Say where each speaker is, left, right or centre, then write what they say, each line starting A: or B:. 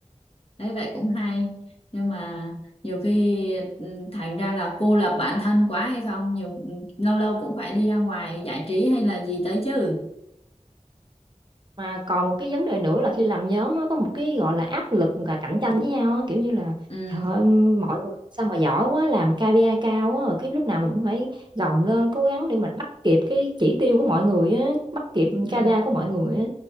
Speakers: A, on the left; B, on the right.
A: Đấy vậy cũng hay. Nhưng mà nhiều khi ừ, thành ra là cô lập bản thân quá hay không? Nhiều ừ, lâu lâu cũng phải đi ra ngoài giải trí hay là gì tới chứ.
B: mà còn một cái vấn đề nữa là khi làm nhóm nó có một cái gọi là áp lực và cạnh tranh với nhau á, kiểu như là
A: Ừ,
B: trời ơi, mọi người sao mà giỏi quá làm KPI cao á cái lúc nào mình cũng phải gồng lên cố gắng để mà bắt kịp cái chỉ tiêu của mọi người á bắt kịp
A: ừ.
B: KPI của mọi người á